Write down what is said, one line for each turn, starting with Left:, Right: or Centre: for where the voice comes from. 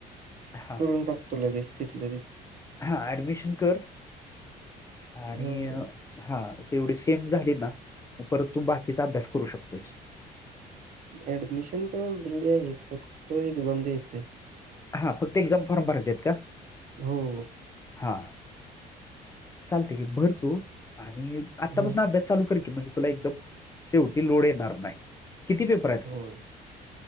Left: हा
Right: करून टाकतो लगेच,, तिथलं तिथऽ
Left: हा, ऍडमिशन कर,, आणिऽ
Right: हां.
Left: हा,, तेवढी सेम झाली ना,, परत तू बाकीचा अभ्यास करू शकतोस.
Right: ऍडमिशन काय ऑलरेडी आहे,, फक्त एक्झाम द्यायच आहे..
Left: हा, फक्त एक्झाम फॉर्म भरायचे आहेत का?
Right: हो,
Left: हा, चालतय की भर तू,, आणि आतापासून
Right: हां,
Left: अभ्यास ऽ चालू कर की,, मंजे तुला एकदम शेवटी लोड एनार नाय,, कीती पेपरऽ
Right: होय,,